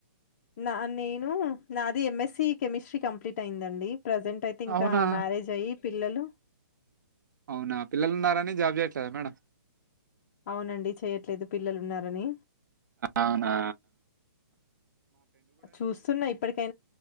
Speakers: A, on the left (about 40°); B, on the right (about 70°).
A: నా నేను నాది ఎంఎస్సి కెమిస్ట్రీ కంప్లీట్ అయిందండి. ప్రజెంట్ అయితే ఇంకా
B: అవునా
A: మ్యారేజ్ అయ్యి పిల్లలు.
B: అవునా పిల్లలు ఉన్నారాని జాబ్ చేయట్లేదా మేడం
A: అవునండి చేయట్లేదు పిల్లలున్నారని
B: అవునా
A: చూస్తున్నా ఇప్పటికై